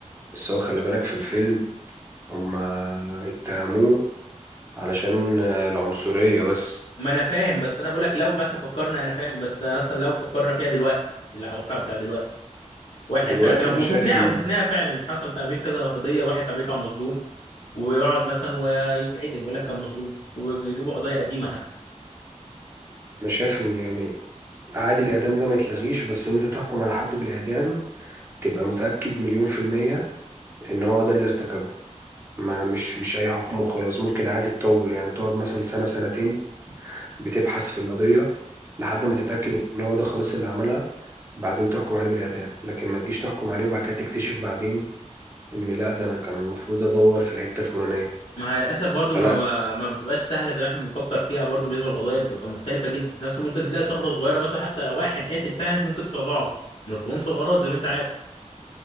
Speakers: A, on the right (about 20°); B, on the left (about 55°).
A: بس هو خلي بالك في الفيلم هما اتهموه علشان العنصرية بس
B: ما انا فاهم بس انا بقول لك لو مثلا فكرنا انا فاهم بس مثلا لو فكرنا فيها دلوقتي الواقع بتاع دلوقتي واحد
A: دلوقتي
B: فعلا طلع
A: انا
B: وشفناها
A: شايف ان
B: وشفناها فعلا حصل في امريكا كذا قضيه واحد كان بيطلع مظلوم ويقعد مثلا ويتعدم ويقول لك كان مظلوم ويجيبوا قضايا قديمه حتى
A: انا شايف ان يعني عادي الاعدام ده ما يتلغيش بس انت تحكم على حد بالاعدام تبقى متأكد مليون في المية ان هو ده اللي ارتكبها ما مش مش اي حكم وخلاص ممكن عادي تطول يعني تقعد مثلا سنة سنتين بتبحث في القضية لحد ما تتأكد ان هو ده خلاص اللي عملها بعدين تحكم عليه بالإعدام لكن ما تجيش تحكم عليه وبعد كده تكتشف بعدين ان لا ده انا كان المفروض ادور في الحتة الفلانية
B: ما هي للاسف برضو
A: فلا
B: ما ما ما بتبقاش سهله زي ما احنا بنفكر فيها برضو بالنسبه للقضايا بتبقى مختلفه جدا وفي نفس ممكن تلاقي ثغره صغيره مثلا حتى لو واحد قاتل فعلا انت ممكن تطلعه من القانون ثغرات زي ما انت عارف